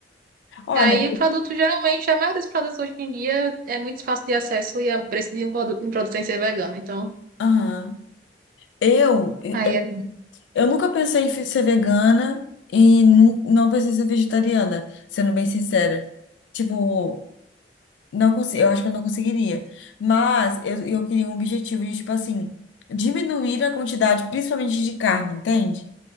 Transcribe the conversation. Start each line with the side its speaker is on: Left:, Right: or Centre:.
Left: Olha,
Right: E aí o produto, geralmente, a maioria dos produtos hoje em dia é muito fácil de acesso e é o preço de um produto, um produto sem ser vegano. Então,
Left: aham. Eu, eu,
Right: aí é.
Left: eu nunca pensei em fi- ser vegana e nu- não pensei em ser vegetariana, sendo bem sincera. Tipo, não consigo, eu acho que eu não conseguiria. Mas eu, eu queria um objetivo de, tipo assim, diminuir a quantidade, principalmente de carne, entende?